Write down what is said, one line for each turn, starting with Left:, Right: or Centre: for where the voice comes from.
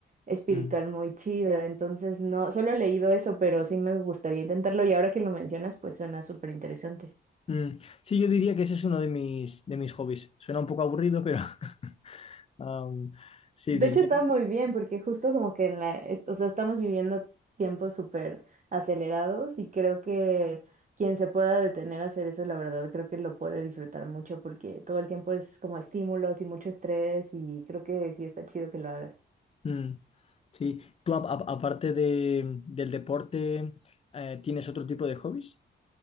Right: espiritual
Left: Mm.
Right: muy chida. Entonces, no, solo he leído eso, pero sí me gustaría intentarlo. Y ahora que lo mencionas, pues suena súper interesante.
Left: Mm. Sí, yo diría que ese es uno de mis, de mis hobbies. Suena un poco aburrido, pero <laughs> am, sí,
Right: De
Left: diría.
Right: hecho, está muy bien porque justo como que en la, est- o sea, estamos viviendo tiempos súper acelerados y creo que quien se pueda detener a hacer eso, la verdad, creo que lo puede disfrutar mucho porque todo el tiempo es como estímulos y mucho estrés y creo que sí está chido que lo hagas.
Left: Mm, sí. ¿Tú a- a- aparte de, del deporte, eh, tienes otro tipo de hobbies?